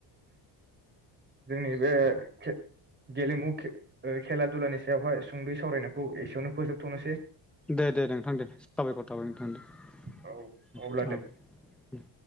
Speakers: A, on the right (about 20°); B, in the centre.
A: जोंनि बे खे गेलेमु खे ओ खेला दुलानि सायावहाय सुंद'यै सावरायनायखौ एसेयावनो फोजोबथ'नोसै।
B: दे, दे, दे नोंथां दे साबायखर थाबाय नोंथां दे
A: औ अब्ला दे
B: औ उम।